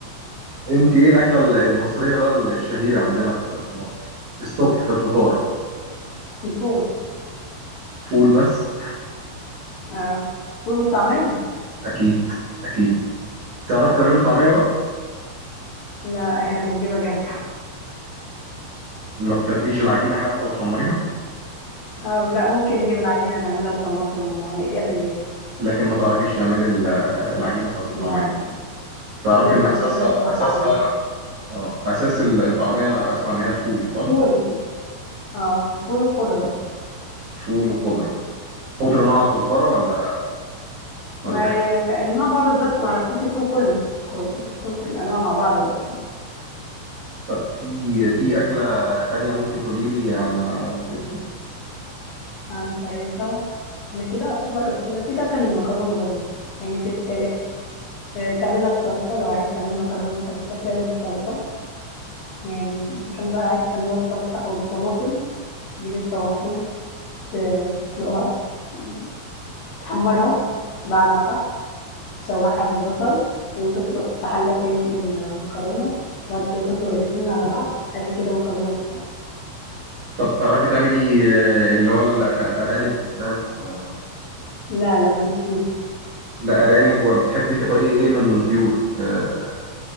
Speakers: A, on the right; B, on the left.
A: انت ايه الأكلة ال- المصرية بقى ال- الشهيرة عندنا في في مصر الصبح في الفطار
B: الفول
A: فول بس
B: اه الفول والطعمية
A: أكيد أكيد تعرفي تعملي طعمية بقى
B: لا احنا بنجيبها جاهزة
A: ما بتاخديش العجينة حتى وتحمريها
B: اه لا ممكن نجيب العجينة نعملها بطماطم ونقليها في البيت
A: لكن ما تعرفيش تعملي ال- العجينه بتاعت الطعميه
B: لا
A: تعرفي
B: لا
A: ان
B: لسه ما
A: اساسها
B: دخلناش المرحلة
A: اساسها
B: دي
A: انا اه اساس الطعميه اسمع ان هي الفول صح
B: فول اه فول وخضرة
A: فول وخضره خضره نوع كزبره ولا
B: ما
A: ولا حاجه
B: يعني النوع بقى بالظبط معرفش ممكن يكون كله كله. ممكن تكون كل الأنواع مع بعض بقى
A: طب في في اكله تانية ممكن تقولي لي عن عن طريقتها
B: قام كريتها انا كده اعتبر قلت لك مفيش اسهل من المكرونه برضه يعني بتتسلق آه، تعملها بصلصه لو عايز تعمل مكرونه بصلصه بتعمل الصلصه يعني اذا كان بقى عايز تعملها بصلصه او بطماطم تجيب الطماطم ت- تسلقها يعني تحمرها بمعنى أصح تشوحها بالبصل وتسلق في حلة تاني المكرونة وبعد كده تطلق الاتنين على بعض أدي كده مكرونة بالصلصة
A: طب تعرفي تعملي آه، اللي هو الارانب مش عارف آه،
B: لا لا ماليش فيه
A: لا ارانب وبتحبي تبقى ايه ايه من الطيور آه،